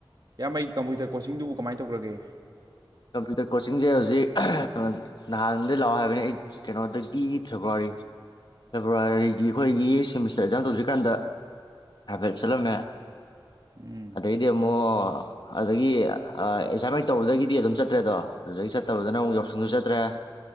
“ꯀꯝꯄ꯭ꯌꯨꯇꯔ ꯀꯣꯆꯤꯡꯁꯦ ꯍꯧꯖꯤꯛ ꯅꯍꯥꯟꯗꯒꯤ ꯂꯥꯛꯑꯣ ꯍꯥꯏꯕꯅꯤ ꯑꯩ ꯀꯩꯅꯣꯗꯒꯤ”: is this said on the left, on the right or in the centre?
Left